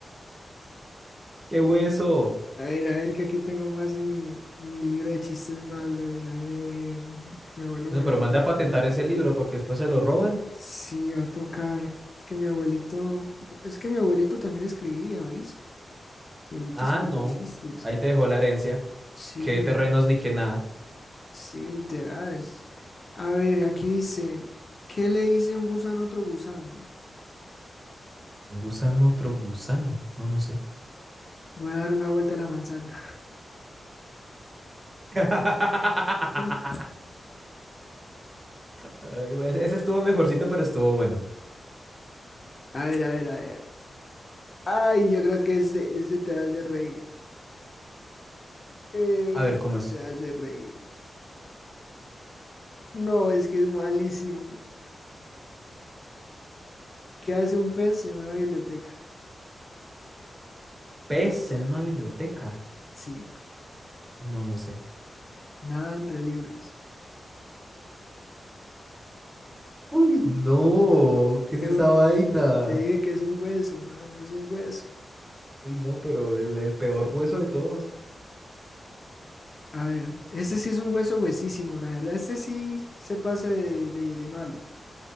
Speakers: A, on the right; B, on the left.
A: ¡Qué hueso!
B: A ver, a ver, que aquí tengo más en mi, mi libro de chistes malos. A ver, mi abuelo
A: Bueno,
B: mejor.
A: pero manda a patentar ese libro porque después se lo roban.
B: Sí, va a tocar. Es que mi abuelito, es que mi abuelito también escribía, ¿veis? Mi abuelito
A: Ah,
B: escribía
A: no.
B: chistes.
A: Ahí te dejó la herencia.
B: Sí,
A: Qué terrenos ni qué nada.
B: sí, literales. A ver, aquí dice, ¿qué le dice un gusano a otro gusano?
A: Un gusano, otro gusano. No, no sé.
B: Voy a dar una vuelta a la manzana.
A: <laughs>
B: <laughs>
A: Ay, güey, ese ese estuvo mejorcito, pero estuvo bueno.
B: A ver, a ver, a ver. Ay, yo creo que este, este te hace reír. Este
A: A ver, ¿cómo es?
B: te hace reír. No, es que es malísimo. ¿Qué hace un pez en una biblioteca?
A: ¿Pez en una biblioteca?
B: Sí,
A: No, no sé.
B: nada entre libros.
A: Uy, no, ¿qué es
B: Es
A: esa
B: un-
A: vaina?
B: Te dije que es un hueso, man, es un hueso.
A: Uy, no, pero el, el peor hueso de todos.
B: A ver, este sí es un hueso huesísimo, la verdad, este sí se pasa de, de- de malo.